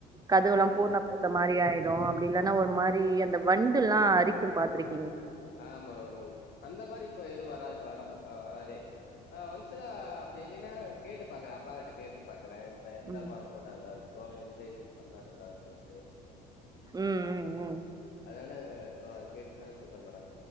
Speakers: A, on the right; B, on the left.
A: கதுவுல்லா
B: ம்
A: பூர்ண
B: ம்
A: பூத்த மாரி ஆயிட் யோ அப்டில்லா ஒரு மாரி அந்த வண்டுல்லா அரிக்கு பாத்ருக்
B: ஆமா ஆமாங்க அந்த மாதிரி இப்ப எது வரா வர ம் அ வராதே ஆ <unintelligible> நீனா கேட்டு பாக்குறே அப்பா கிட்ட கேட்டு பா கிர எந்த
A: ம்
B: பாரோ போட்டாங்க இப்போ எந்த இது பண்ண நல்லா இருக்குத்துட்டு
A: உம் உம் உம்
B: அதான கேட்டு னா சொல்றேங்க மேடம்